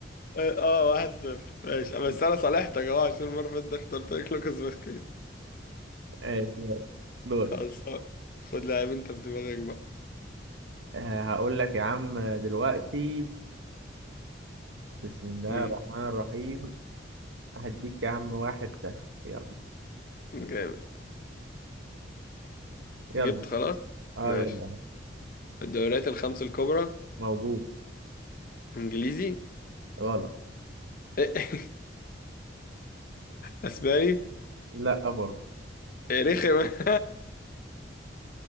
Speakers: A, on the left; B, on the right.
A: اه واحد صفر ماشي بس
B: <laughs> مم.
A: انا صالحتك اه عشان المره اللي فاتت اخترت لك لوكاس فاسكيز
B: ماشي يلا دور
A: خلاص خد لاعب انت في دماغك بقى
B: آه، هقول لك يا عم دلوقتي بسم الله
A: امم
B: الرحمن الرحيم هديك يا عم واحد سهل يلا
A: جامد
B: يلا
A: جبت خلاص
B: اه
A: ماشي
B: يلا
A: في الدوريات الخمس الكبرى
B: موجود
A: انجليزي
B: غلط
A: <laughs> اسباني
B: لا برضه
A: إيه رخم <laughs>